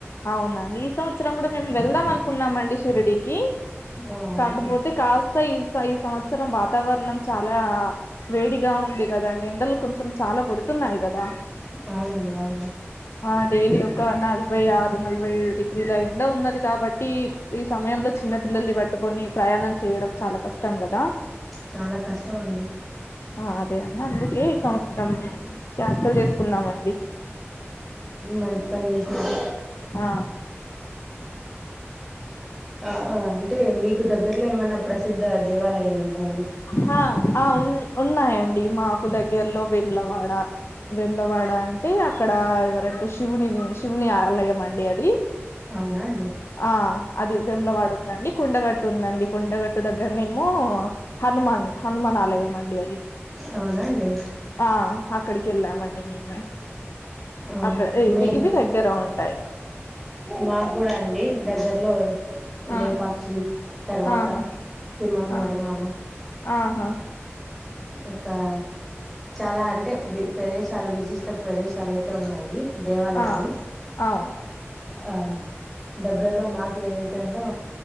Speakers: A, on the left; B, in the centre.
A: అవునా అండి ఈ సంవత్సరం కూడా మేము వెళ్దాం అనుకున్నామండి షిరిడీకి
B: ఓ, అవునా
A: కాకపోతే
B: అండి
A: కాస్ ఈ ఈ సంవత్సరం వాతావరణం చాలా వేడి గా ఉంది కదా అండి ఎండలు కొంచెం చాలా గొడుతున్నాయి కదా
B: అవునండి అవును
A: ఆ డైలీ ఒక నలభై ఆరు నలభై ఏడు డిగ్రీల ఎండా ఉన్నది కాబట్టి ఈ సమయంలో చిన్న పిల్లల్లు పట్టుకొని ప్రయాణం చేయడం చాలా కష్టం కదా
B: చాలా కష్టం అండి
A: ఆ అదే అండి అందుకే సంవత్సరం యాత్రలు చేసుకున్నామండి
B: మంచి పని చేసినారు
A: ఆ
B: ఆ అంటే మీకు దగ్గరలో ఏమన్నా ప్రసిద్ధ దేవాలయాలు ఉ
A: హా ఆ ఉ ఉన్నా ఉన్నాయండి మాకు దగ్గర్లో వేములవాడ వేములవాడ అంటే అక్కడా ఎవరంటె శి శివుని శివుని ఆలయం అండి అది
B: అవునా అండి
A: ఆ అది వేములవాడ ఉందండి కొండగట్టు ఉందండి కొండగట్టు దగ్గర్నె మో హనుమాన్ హనుమాన్ ఆలయం అండి అది
B: అవునా అండి
A: ఆ అక్కడికి వెళ్ళాంమండి మేము
B: ఆ
A: అక్కడ ఇది
B: మేము
A: ఇవి దగ్గర ఉంటాయి
B: మా కూడా అండి దగ్గర్లో లేపాక్షి
A: ఆ
B: తర్వాత
A: ఆహా
B: తిమ్మమ్మ
A: ఆ
B: మరి మాను
A: ఆహా
B: ఇకా చాలా అంటే బి ప్రదేశాలు విశిష్ట ప్రదేశాలయితే ఉన్నాయి దేవాలయాలు
A: ఆ అవునా
B: ఆ దగ్గరలో మాకు ఏదైత్ ఏందో